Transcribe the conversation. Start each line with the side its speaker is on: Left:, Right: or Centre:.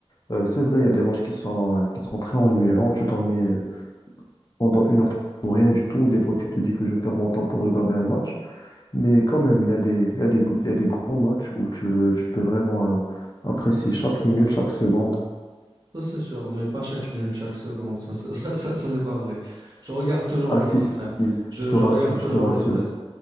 Left: Euh, c'est vrai, il y a des matchs qui sont, euh, qui sont très ennuyants. Tu t'ennuies euh, pendant une heure pour rien du tout. Des fois, tu te dis que je perds mon temps pour regarder un match. Mais quand même, il y a des, il y a des, il y a des gros matchs où tu, tu peux vraiment euh, apprécier
Right: Ouais, Ça,
Left: chaque minute, chaque seconde.
Right: ça, c'est sûr, mais pas chaque minute, chaque seconde, ça, ça, <laughs> ça, ça, ça, c'est pas vrai. Je regarde toujours
Left: Ah
Right: le
Left: si,
Right: foot,
Left: si,
Right: frère.
Left: si,
Right: Je,
Left: je te
Right: je
Left: rassure,
Right: regarde Ouais.
Left: je
Right: toujours
Left: te rassure.
Right: le fait.